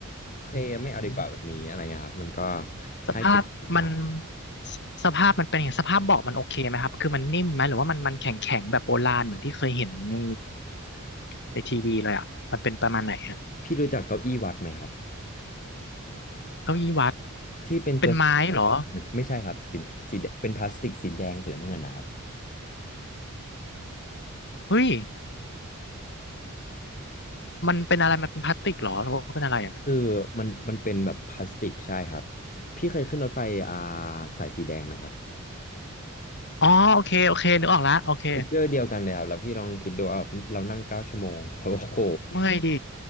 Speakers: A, on the left; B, on the left.
A: โอเคไม่เอาดีกว่าแบบนี้อะไรเงี้ยครับมันก็
B: อืมสภาพมัน
A: ให้ฟีลต่าง
B: สสภาพมันเป็นยังไงสภาพเบาะมันโอเคไหมครับคือมันนิ่มไหมหรือว่ามันมันแข็งแข็งแบบโบราณเหมือนที่เคยเห็นในในทีวีเลยอ่ะมันเป็นประมาณไหนฮะ
A: พี่รู้จักเก้าอี้วัดไหมครับ
B: เก้าอี้วัด
A: ที่เป็นตัวสีแด
B: เป็นไม้เหรอ
A: งไม่ใช่ครับสีสีแดงเป็นพลาสติกสีแดงสีน้ำเงินนะครับ
B: เฮ้ยมันเป็นอะไรมันเป็นพลาสติกเหรอหรือว่าเป็นอะไรอ่ะ
A: คือมันมันเป็นแบบพลาสติกใช่ครับพี่เคยขึ้นรถไฟอ่าสายสีแดงไหมครับ
B: อ๋อโอเคโอเคนึกออกละโอเค
A: ฟีเจอร์เดียวกันเลยครับแล้วพี่ลองคิดดูว่าเรานั่งเก้าชั่วโมง <laughs> โอ้โห
B: เมื่อยดิ